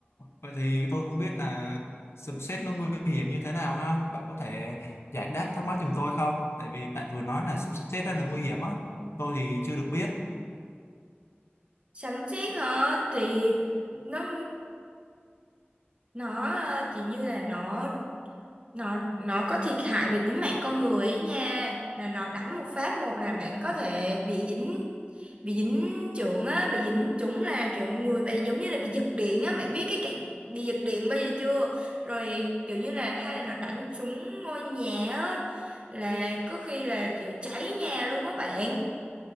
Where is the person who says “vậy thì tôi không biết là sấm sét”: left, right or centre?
Left